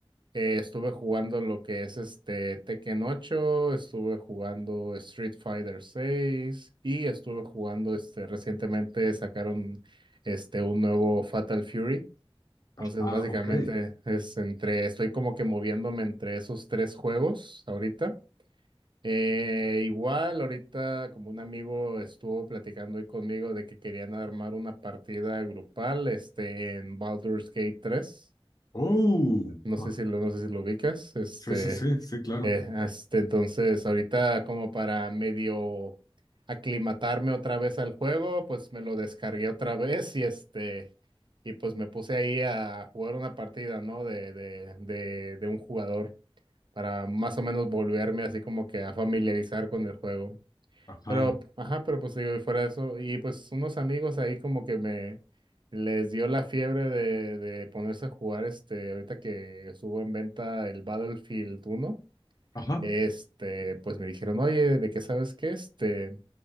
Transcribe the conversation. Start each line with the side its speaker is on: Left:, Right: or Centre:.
Right: Eh, estuve jugando lo que es este Tekken ocho estuve jugando Street Fighter seis y estuve jugando este recientemente sacaron este un nuevo Fatal Fury. Entonces,
Left: Ah,
Right: básicamente
Left: ok.
Right: es entre estoy como que moviéndome entre esos tres juegos ahorita. Eh, igual ahorita como un amigo estuvo platicando hoy conmigo de que querían armar una partida grupal este en Baldur's Gate tres
Left: Oh,
Right: No sé
Left: ah,
Right: si lo, no sé si lo ubicas. Este
Left: sí, sí, sí, sí, claro.
Right: eh, este, entonces, ahorita como para medio aclimatarme otra vez al juego, pues me lo descargué otra <laughs> vez y este, y pues me puse ahí a jugar una partida, ¿no? De, de, de, de un jugador para más o menos volverme así como que a familiarizar con el juego.
Left: Ajá,
Right: Pero, ajá, pero pues digo, y fuera de eso, y pues unos amigos ahí como que me les dio la fiebre de, de ponerse a jugar este, ahorita que estuvo en venta el Battlefield uno
Left: ajá.
Right: este, pues me dijeron, oye, ¿de qué sabes qué? Este,